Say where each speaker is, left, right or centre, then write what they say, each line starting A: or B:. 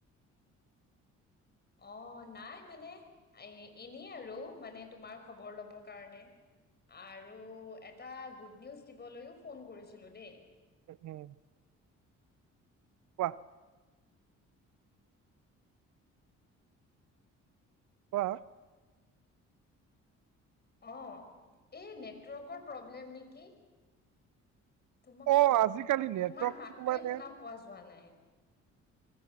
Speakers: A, on the left; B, on the right.
A: অ, নাই মানে। এ এনেই আৰু, মানে তোমাৰ খবৰ লব কাৰণে। আৰু এটা গুড নিউজ দিবলৈও ফোন কৰিছিলোঁ দেই।
B: উম। কোৱা? কোৱা?
A: অহ, এই নেটৱৰ্কৰ প্ৰব্লেম নেকি? তোমাক
B: অ' আজিকালি নেটৱৰ্কটো
A: তোমাৰ মাতটোৱে
B: মানে
A: শুনা পোৱা যোৱা নাই।